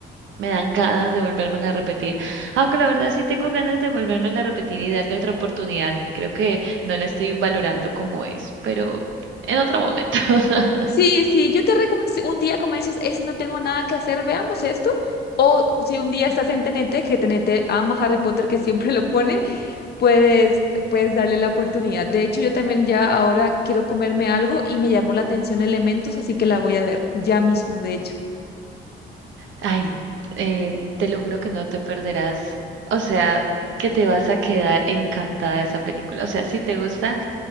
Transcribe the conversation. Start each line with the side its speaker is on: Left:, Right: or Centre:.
Right: me dan ganas de volvérmela a repetir. Aunque la verdad sí tengo ganas de volvérmela a repetir y darle otra oportunidad. Creo que no la estoy valorando como es, pero en otro momento. <laughs>
Left: Sí, sí, yo te recomiendo, si un día como dices, es, no tengo nada que hacer, veamos esto. O si un día estás en T N T que T N T ama Harry Potter, que siempre lo pone, puedes, puedes darle la oportunidad. De hecho, yo también ya ahora quiero comerme algo y me llamó la atención Elementos, así que la voy a ver ya mismo, de hecho.
Right: Ay, eh, te lo juro que no te perderás, o sea, que te vas a quedar encantada de esa película. O sea, si te gusta,